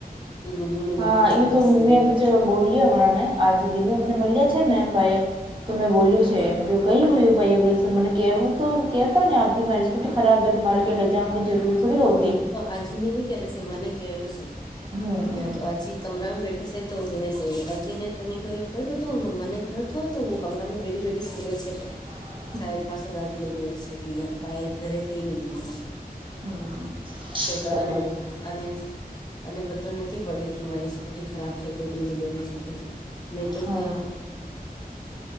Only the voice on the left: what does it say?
તું દૂધો નું
બેટીને ચલાવશે
એને.
હમ
અજીને નહી કે ભ મને ક્યો શું
તો અજી. કમરામાં બેઠે છે તો હને ક અજીને તો ન કહયો ક તું મને ક હતો ત. કમરામાં બેડી બેડી સુને છે તો.
સાહેદ પાછો દાદી ને કહયો છે કે પાયલ ઘરે ક ન જીતી.
કે
અને
હ. અને અને બતો નથી પડે કે મારી સ્કૂટી ખરાબ છે ગવા. નહી તોક